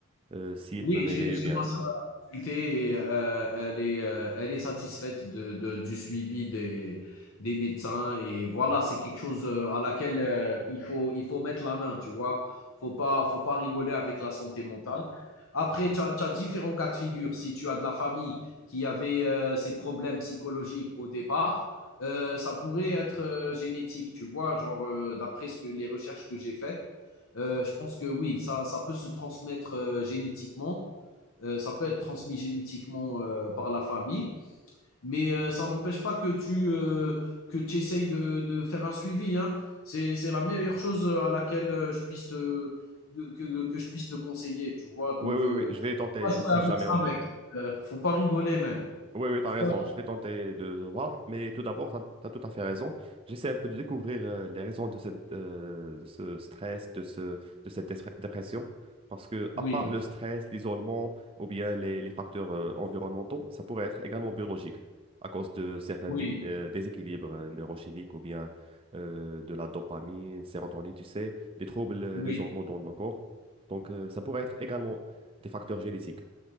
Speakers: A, on the right; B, on the left.
A: euh, s'il
B: Oui,
A: peut m'aider
B: j'ai
A: ou bien...
B: j'ai ma sœur, elle a consulté et heu, elle est, heu, elle est satisfaite de de du suivi des des médecins et voilà, c'est quelque chose, heu, à laquelle, heu, il faut il faut mettre la main, tu vois? Faut pas faut pas rigoler avec la santé mentale. Après, tu as tu as différents cas de figure. Si tu as de la famille qui avait, heu, ces problèmes psychologiques au départ, heu, ça pourrait être, heu, génétique, tu vois? Genre, heu, d'après ce que les recherches que j'ai faites, euh, je pense que oui, ça, ça peut se transmettre euh, génétiquement. Euh, ça peut être transmis génétiquement euh, par la famille, mais euh, ça n'empêche pas que tu euh, que tu essayes de, de faire un suivi. Hein. C'est c'est la meilleure chose à laquelle euh, je puisse te que, que je puisse te conseiller, tu vois.
A: Oui,
B: Donc,
A: oui,
B: euh,
A: oui, oui, je vais tenter
B: faut pas jouer
A: si
B: avec
A: jamais
B: ça, mec. Euh, faut pas rigoler, même.
A: Oui, oui, tu
B: Faut
A: as raison.
B: pas...
A: Je vais tenter de voir, mais tout d'abord, tu as, tout à fait raison. J'essaie un peu de découvrir euh, les raisons de cette, euh, de ce stress, de ce, de cette dépre- dépression. Parce que,
B: Oui,
A: à part le stress, l'isolement ou bien les, les facteurs euh, environnementaux, ça pourrait être également biologique à cause de certains
B: oui,
A: dé- euh, déséquilibres euh, neurochimiques ou bien euh, de la dopamine, sérotonine, tu sais, les troubles euh,
B: oui,
A: des hormones dans nos corps. Donc, euh, ça pourrait être également des facteurs génétiques.